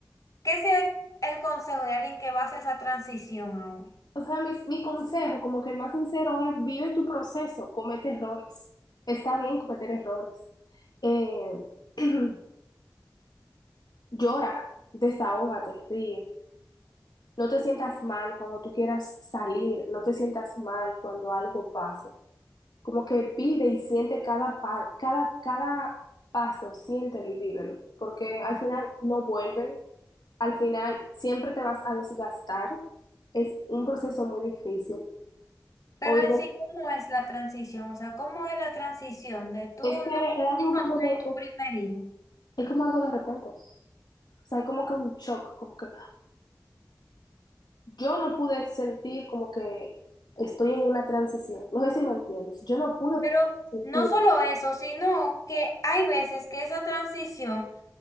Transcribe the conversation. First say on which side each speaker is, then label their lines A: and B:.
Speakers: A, on the left; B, on the left.
A: qué sería el consejo de alguien que va a hacer esa transición ahora?
B: O sea, mi, mi consejo, como que el más sincero es, vive tu proceso, comete errores. Está bien cometer errores. Eh, <clears throat> llora, desahógate, ríe. No te sientas mal cuando tú quieras salir, no te sientas mal cuando algo pase. Como que vive y siente cada, pa- cada, cada paso, siéntelo y vívelo, porque al final no vuelven, al final siempre te vas a desgastar, es un proceso muy difícil.
A: Pero
B: Oye,
A: en sí, ¿cómo es la transición? O sea, ¿cómo es la transición de tú
B: es que
A: no
B: es
A: ser
B: algo
A: hijo
B: como
A: a tú tener
B: de,
A: tu primer hijo?
B: es como algo de repente, o sea, es como que un shock, como que yo no pude sentir como que estoy en una transición, no sé si me entiendes, yo no pude
A: Pero
B: sentirlo,
A: no solo eso, sino que hay veces que esa transición